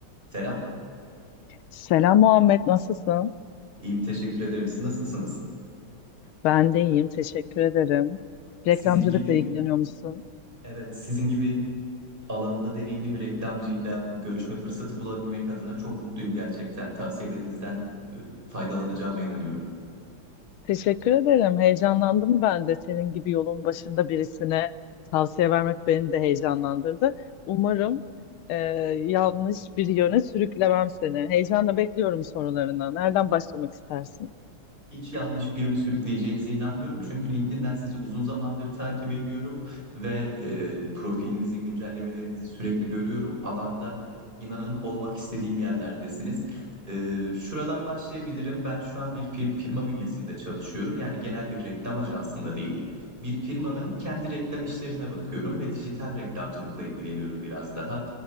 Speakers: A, on the right; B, on the left.
A: Selam.
B: Selam Muhammed, nasılsın?
A: İyiyim, teşekkür ederim. Siz nasılsınız?
B: Ben de iyiyim, teşekkür ederim.
A: Sizin
B: Reklamcılıkla
A: gibi,
B: ilgileniyor musun?
A: evet, sizin gibi alanında deneyimli bir reklamcıyla görüşme fırsatı bulabilmek adına çok mutluyum gerçekten. Tavsiyelerinizden e, faydalanacağıma inanıyorum.
B: Teşekkür ederim, heyecanlandım ben de. Senin gibi yolun başında birisine tavsiye vermek beni de heyecanlandırdı. Umarım e, yanlış bir yöne sürüklemem seni. Heyecanla bekliyorum sorularına. Nereden başlamak istersin?
A: Hiç yanlış bir yöne sürükleyeceğinize inanmıyorum. Çünkü LinkedIn'den sizi uzun zamandır takip ediyorum ve e, profilinizi, güncellemelerinizi sürekli görüyorum. Alanda inanın olmak istediğim yerlerdesiniz. E, şuradan başlayabilirim. Ben şu an bir fir- firma bünyesinde çalışıyorum. Yani genel bir reklam ajansında değil. Bir firmanın kendi reklam işlerine bakıyorum ve dijital reklamcılıkla ilgileniyorum biraz daha.